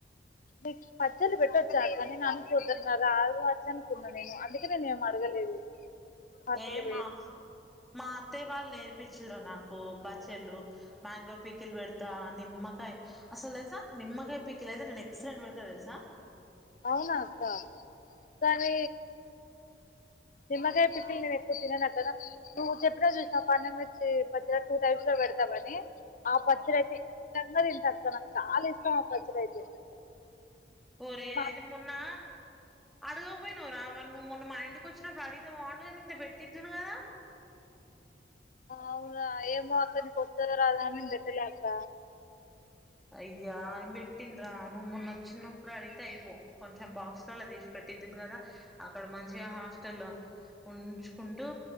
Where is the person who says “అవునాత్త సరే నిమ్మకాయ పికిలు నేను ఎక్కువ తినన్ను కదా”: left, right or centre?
Left